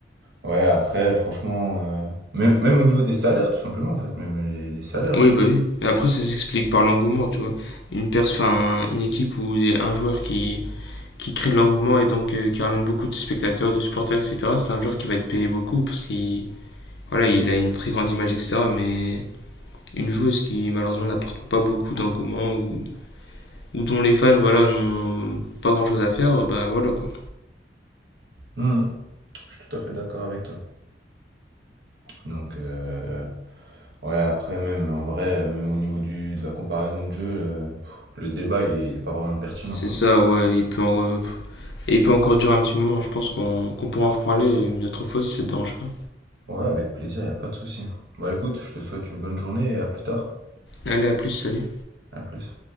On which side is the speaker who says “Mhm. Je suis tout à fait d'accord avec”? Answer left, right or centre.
Right